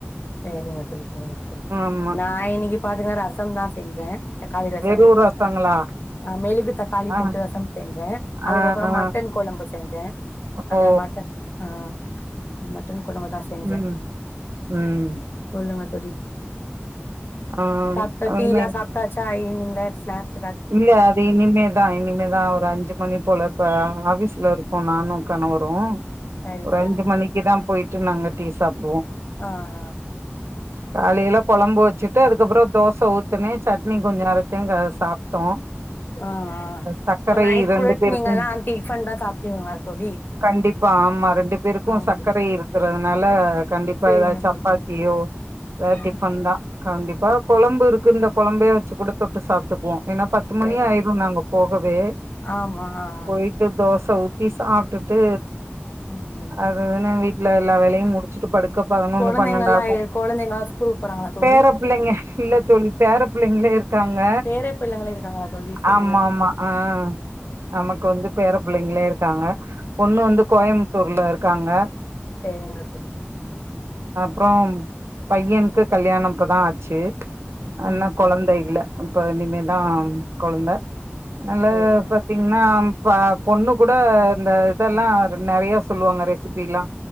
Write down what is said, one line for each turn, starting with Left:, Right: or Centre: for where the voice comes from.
Left: சேரிங்க தோழி செரிங் தோழி
Right: ஆமா
Left: நா இன்னிக்ககி பாத்தங்னா ரசம் தாஸ் தெங்க தக்காளி ரச
Right: வெறு
Left: மெழுகு
Right: ரசங்களா
Left: ரசம் அ மெழுகு தக்காளி
Right: ஆ
Left: போட்டு ரசம் செஞ்ச அதுக்கப்புறொ
Right: ஆ ஆ
Left: மட்டன் கொழம்பு செஞ்ச அந்த
Right: ஓ
Left: மட்ட அ மட்டன் கொழம்பு தா செஞ்சே
Right: ம் ம்
Left: சொல்லுங்க தோழி
Right: ஆ
Left: சாப்ட்ட தீல்லா
Right: இனிமே
Left: சாப்ட்டாச்சா இந்த ஸ்நேக்ஸ்
Right: இல்ல அது இனிமேதா இனிமேதா ஒரு அஞ்சு மணி போல இ ப்ப ஆவிஸ் லருக்கோ நானு கணவரு
Left: சரி
Right: ஒரு
Left: சரிங்க
Right: அஞ்சு மணிக்கி தா பொயிட் ட்டு நாங்க டீ சாப்டுவோ
Left: அ அ
Right: காலைல கொழம்பு வச்சுட்டு அதுக்கப்புறோ தோச ஊத்துனே சட்னி கொஞ்ச அரச் திங் அத சாப் ட்டோ.
Left: ஆ ஆ
Right: சக்கரை
Left: இப்ப நைட்
Right: ரெண்டு
Left: கூட
Right: பேருக்கு
Left: நீங்கல்லா டிஃபன் தா சாப்டுவீங்களா தோழி
Right: கண்டிப்பா ஆமா ரெண்டு பேருக்கூ
Left: ஆமா
Right: சர்க்கரை இருக்கிறதுனால கண்டிப்பா
Left: சரிங்க
Right: எதாச்சு சப்பாத்தியோ
Left: தோழி
Right: எதாது
Left: ம்
Right: டிஃபன்தா
Left: ம்
Right: கண்டிப் இப்ப கொழம்பு இருக்கு இந்த கொழம்பே வெச்சுக் குடுத்துவிட்டு சாப்பிட்டுக்குவோ ஏனா பத்து
Left: சரிங்க
Right: மணி ஆயிரு
Left: தோழி
Right: நாங்க போகவே
Left: ஆமா ஆ ஆ
Right: போயிட்டு தோச சோ ஊத்தி சாப்பிட்டுட்டு
Left: ம் ம்
Right: அதுஅதுனா வீட் ட்ல எல்லா வேலையும் முடிச்சுட்டு படுக் க பதினொன்னு
Left: கொழந்தைங்கல்லா
Right: பன்னெண்டு ஆகு
Left: கொழந்தைங்கல்லா ஸ்கூலுக்கு போறாங்களா தோழி
Right: பேரப் பிள்ளைங்க இல்ல தோழி பேரப் பிள்ளைங்களே இருக்காங்க
Left: பேர பிள்ளைங்களா இருக்காங்களா தோழி சரிங்க
Right: ஆமா ஆமா ஆஹ் நமக்கு வந்து
Left: ம்
Right: பேரப்பிள்ளைங்களே இருக்காங்க பொண்ணு வந்து கோயம்புத்தூர்ல இருக்காங்க
Left: சேரிங்க தோழி
Right: அப்புறோ பைய்யனுக்கு கல்யாணோ இப்பதா ஆச்சு அத்னா
Left: ம்
Right: கொழந்த
Left: ம்
Right: இல்ல அப்ப இனிமேல் தா கொழந்த அனால
Left: சரிங்க
Right: பாத்தீங்கன்னா
Left: தோழி
Right: ப்பா பொண்ணு கூட இந்த இதெல்லா நெறயா சொல்லுவாங்க ரெசிபியெல்லா